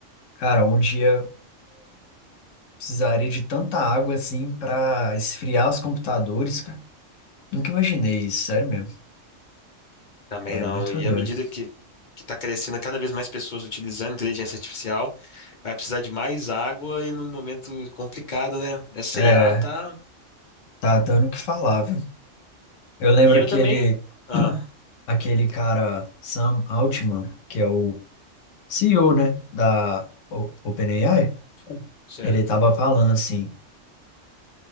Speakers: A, on the left; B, on the left.
A: cara, um dia precisaria de tanta água assim pra esfriar os computadores, cara. Nunca imaginei isso, sério mesmo.
B: Também
A: É
B: não.
A: muito
B: E
A: doido.
B: à medida que que está crescendo cada vez mais pessoas utilizando inteligência artificial, vai precisar de mais água e num momento complicado, né? Essa
A: É,
B: IA tá.
A: tá dando o que falar, viu? Eu lembro
B: E eu
A: aquele,
B: também. Ah,
A: <clears throat> aquele cara, Sam Altman, que é o CEO, né, da O- OpenAI.
B: certo.
A: Ele tava falando assim.